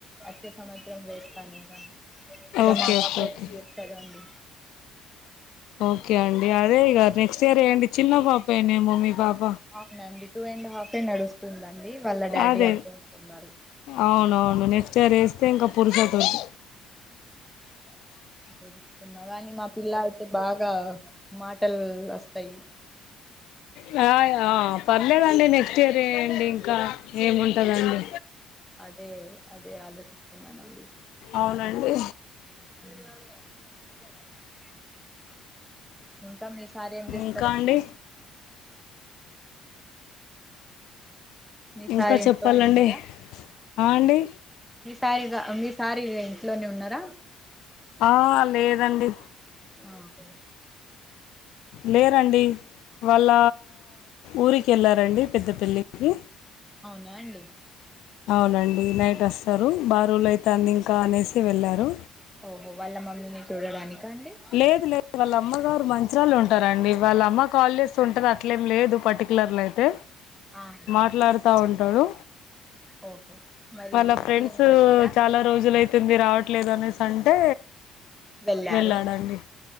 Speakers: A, in the centre; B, on the left.
A: వచ్చే సంవత్స ఇంకేం వేస్తాను గానీ ఇక
B: ఓకే
A: మా
B: ఓకే
A: పాప
B: ఓకే
A: ఏం చెప్తాదో అండి
B: ఓకే అండి అదే ఇగ నెక్స్ట్ ఇయర్ వేయండి చిన్న పాపే నేమో మీ పాప
A: అవునండి టూ అండ్ హాఫ్ ఏ నడుస్తుందండి వాళ్ళ డాడీ
B: అదే
A: అద్దు అంటున్నారు
B: అవునవును నెక్స్ట్ ఇయర్ వేస్తే ఇంకా పురుశోతాదండి
A: అంటే చూసుకున్నా గాని మా పిల్ల అయితే బాగా మాటలు వస్తాయి
B: త య పర్లేదండి నెక్స్ట్ ఇయర్ ఎయండీ ఇంకా ఏముంటదండి
A: ఆ అదే అదే ఆలోచిస్తున్నానండి
B: అవునండి
A: ఉమ్ ఇంకా మీ సార్ ఏం చేస్తారండి
B: ఇంకా అండి
A: మీ
B: ఇంకా
A: సార్ ఇంట్లోనే
B: చెప్పాలండి
A: ఉన్నారా
B: ఆ అండి
A: మీ సార్ ఇగ మీ సార్ ఇగ ఇంట్లోనే ఉన్నారా
B: ఆ లేదండి
A: ఆ ఒకే
B: లేరండి వాళ్ళ ఊరికి వెళ్ళారండి పెద్ద పెళ్ళికి
A: అవునా అండి
B: అవునండి నైట్ వస్తారు బారువులు అయితంది ఇంకా అనేసి వెళ్ళారు
A: ఓహో వాళ్ళ మమ్మీని చూడడానిక అండి
B: లేదు లేదు వాళ్ళ అమ్మ గారు మంచరాళ్ళు ఉంటారండి వాళ్ళ అమ్మ కాల్ చేస్త ఉంటది అట్లేం లేదు పర్టికులర్ లో అయితే
A: ఆహా
B: మాట్లాడుతా ఉంటాడు
A: ఓహో మరి
B: వాళ్ళ
A: ఒట్టిగానే
B: ఫ్రెండ్స్
A: వెళ్ళారా
B: చాలా రోజులు అయితుంది రావట్లేదు అనేసి అంటే
A: వెళ్ళారు
B: వెళ్ళాడండి